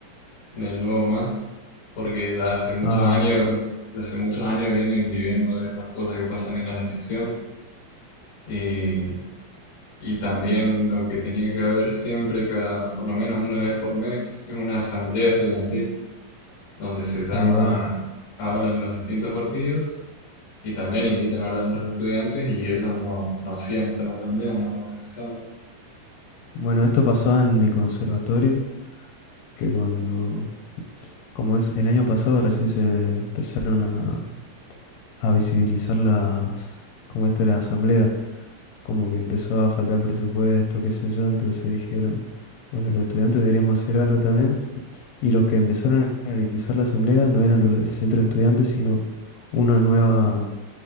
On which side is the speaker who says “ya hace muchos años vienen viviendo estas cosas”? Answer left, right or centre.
Left